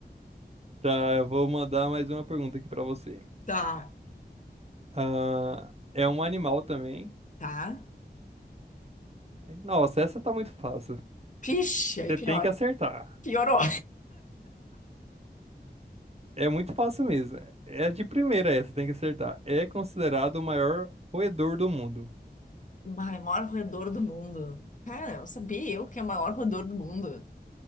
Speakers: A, on the right (about 35°); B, on the left (about 45°).
A: Tá, eu vou mandar mais uma pergunta aqui pra você.
B: Tá,
A: Ah, é um animal também.
B: tá.
A: Nossa, essa tá muito fácil.
B: Pixe, aí
A: Você
B: pior.
A: tem que acertar.
B: Piorou.
A: É muito fácil mesmo. É de primeira essa, tem que acertar. É considerado o maior roedor do mundo.
B: O maior roedor do mundo. Cara, eu sabia eu que é o maior roedor do mundo.